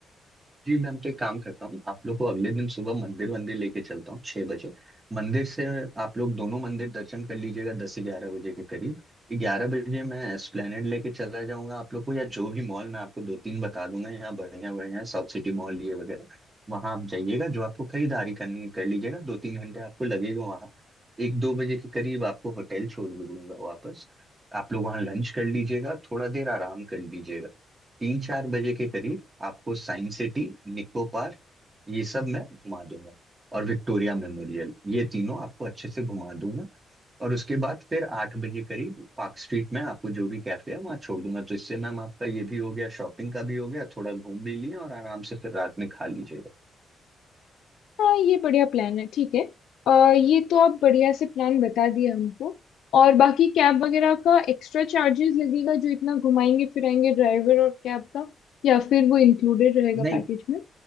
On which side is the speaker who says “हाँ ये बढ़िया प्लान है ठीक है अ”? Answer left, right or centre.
Left